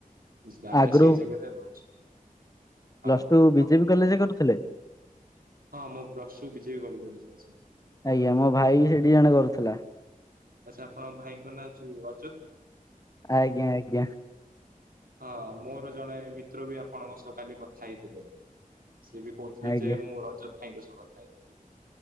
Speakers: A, on the right; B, on the left.
A: ବ ଆମେ
B: ଆଗରୁ
A: ସେଇ ଜାଗା ରେ ରହୁଛୁ। ହଁ
B: ପ୍ଲସ ଟୁ ବିଜେପି
A: ହଉ
B: କଲେଜରେ କରୁଥିଲେ?
A: ହଁ ମୁଁ ପ୍ଲସ ଟୁ ବିଜେପି କଲେଜ୍ ରେ କରିଛି।
B: ଆଜ୍ଞା ମୋ ଭାଇ ବି ସେଠି ଜଣେ କରୁଥିଲା।
A: ଆଛା ଆପଣଙ୍କ ଭାଇଙ୍କ ନାଁ ଯୋଉ ରଜତ?
B: ଆଜ୍ଞା। ଆଜ୍ଞା।
A: ହଁ ମୋର ଜଣେ ମିତ୍ର ବି ଆପଣଙ୍କ ସହ କାଲି କଥା ହେଇଥିଲେ ସେ ବି କହୁଥିଲେ
B: ଆଜ୍ଞା
A: ଯେ ମୁଁ ରଜତ ଭାଇଙ୍କ ସହ କଥା ହେଇଥିଲି।